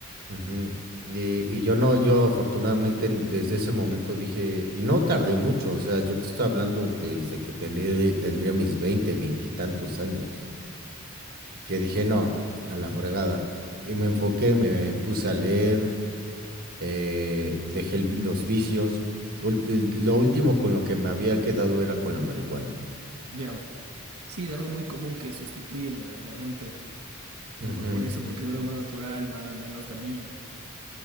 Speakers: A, on the right; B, on the right.
A: Ujú. Y, y yo no, yo afortunadamente en- desde ese momento dije, y no tardé mucho, o sea, yo te estoy hablando desde que tenía, tendría mis 20 veintitantos años, que dije, no, a la fregada. Y me enfoqué, me puse a leer, eh, dejé el vi- los vicios. Ul- de- Lo último con lo que me había quedado era con la marihuana.
B: Ya. Sí, es algo muy común que sustituye la, la gente.
A: Ujú.
B: Por, por eso, porque es algo más natural, más, menos dañino.